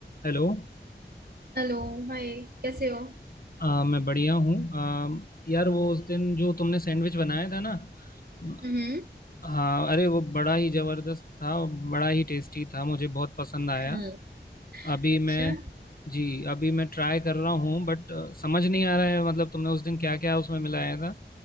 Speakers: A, on the left; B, on the right.
A: Hello
B: हेलो हाय कैसे हो
A: अ, मैं बढ़िया हूँ अम, यार वो उस दिन जो तुमने सैंडविच बनाया था ना म,
B: हम्म
A: हाँ अरे वो बड़ा ही जबरदस्त था बड़ा ही टेस्टी था मुझे बहुत पसंद आया
B: हम्म
A: अभी
B: अच्छा
A: मैं जी अभी मैं ट्राई कर रहा हूँ बट समझ नहीं आ रहा है मतलब तुमने उस दिन क्या क्या उसमें मिलाया था